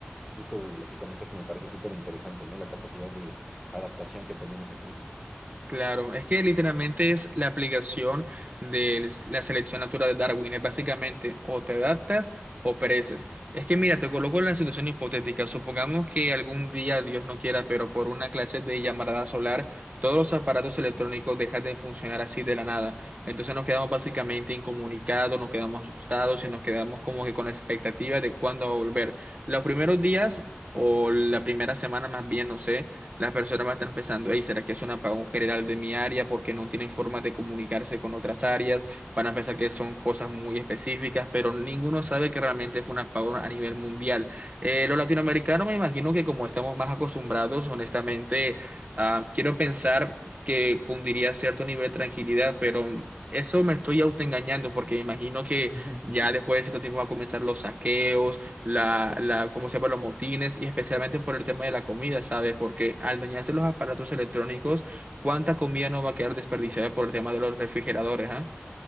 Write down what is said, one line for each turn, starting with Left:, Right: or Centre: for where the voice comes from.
Centre: justo lo que comentas me parece súper interesante, ¿no? La capacidad de adaptación que tenemos aquí.
Right: Claro, es que literalmente es la aplicación de la selección natural de Darwin. Es básicamente o te adaptas o pereces. Es que mira, te coloco en la situación hipotética. Supongamos que algún día, Dios no quiera, pero por una clase de llamarada solar, todos los aparatos electrónicos dejan de funcionar así de la nada. Entonces nos quedamos básicamente incomunicados, nos quedamos asustados y nos quedamos como que con la expectativa de cuándo va a volver. Los primeros días o la primera semana más bien, no sé las personas van a estar pensando, hey, ¿será que es un apagón general de mi área porque no tienen forma de comunicarse con otras áreas? Van a pensar que son cosas muy específicas, pero ninguno sabe que realmente fue un apagón a nivel mundial. Eh, los latinoamericanos, me imagino que como estamos más acostumbrados, honestamente, ah, quiero pensar que cundiría cierto nivel de tranquilidad, pero... Eso me estoy autoengañando porque me imagino que
Centre: <laughs>
Right: ya después de cierto tiempo van a comenzar los saqueos, la,
Centre: Com-
Right: la, ¿cómo se llama? los motines y especialmente por el tema de la comida, ¿sabes? Porque al dañarse los aparatos electrónicos, ¿cuánta comida no va a quedar desperdiciada por el tema de los refrigeradores, ah?